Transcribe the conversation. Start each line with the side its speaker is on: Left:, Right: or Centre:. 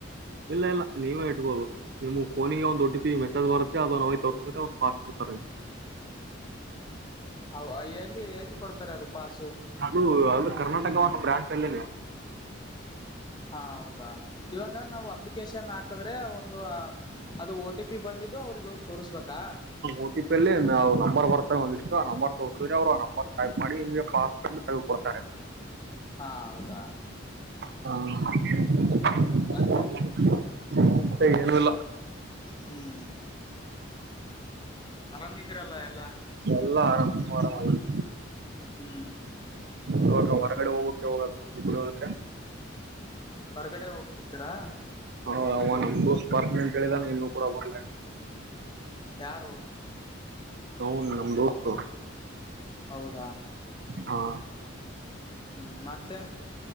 Right: ಇಲ್ಲ ಇಲ್ಲ ನೀವೇ ಇಟ್ಬೋದು ನಿಮ ಫೋನಿಗೆ ಒಂದ್ ಒಟಿ ಪಿ ಮೆಸೇಜ್ ಬರುತ್ತೆ ಅದ ನಾವ ತೋರ್ಸಿದ್ರೆ ಅವ್ ಪಾಸ್ ಕೊಡ್ತಾರೆ
Left: ಹ ಎಲ್ಲಿ ಎಲ್ಲಿ ಕೊಡ್ತಾರೆ ಅದು ಪಾಸು
Right: ಅದು ಅದು ಕರ್ನಾಟಕ ಒಂದು ಬ್ರಾಂಚ್ ಅಲ್ಲೇನೆ
Left: ಹಾ ಹೌದಾ ಇವಾಗ ನಾವು ಅಪ್ಲಿಕೇಶನ್ ಹಾಕಿದ್ರೆ ಒಂದು ಅದು ಓ ಟಿ ಪಿ ಬಂದಿದ್ದು ಅವ್ರಿಗೆ ಹೋಗಿ ತೋರ್ಸ್ಬೇಕಾ
Right: ಓಟಿಪಿಲ್ಲಿ ನಾವು ನಂಬರ್ ಬರ್ತವೆ ಒಂದಿಷ್ಟು ಆ ನಂಬರ್ ತೋರ್ತೀ್ರ ಅವ್ರು ಆ ನಂಬರ್ ಟೈಪ್ ಮಾಡಿ ನಿಮಗೆ ಪಾಸ್ಪಡ್ ತೆಗೆ ಕೊೊಡ್ತಾರೆ
Left: ಹಾ ಹೌದಾ
Right: ಹಾ ಸ
Left: ಮತ್ತೆ
Right: ಅಲ್ಲ
Left: ಹ್ಮ್ ಆರಾಮಿದಿರಲ್ಲ ಎಲ್ಲಾ
Right: ಎಲ್ಲ ಆರಾಮ ಆರಾಮ ಹ್ಮ
Left: ಹ್ಮ್
Right: ಇವಾಗ ಹೊರಗಡೆ ಹೋಗುವುದು ಯೋಗ
Left: ಹೊರ್ಗಡೆ ಹೋಗ್ತಿದ್ದಿರಾ
Right: ಹೌ ಅವ ನಂಬ ಬರ್ತ ಅಂತ ಕಿದಾನ ಇನ್ನುೂ ಕೂಡ ಬರ್ಲ
Left: ಯಾರು
Right: ಹ ನಮ್ಮ್ದೋಸ್ತ
Left: ಹೌದಾ
Right: ಹಾ
Left: ಹ್ಮ್ ಮತ್ತೆ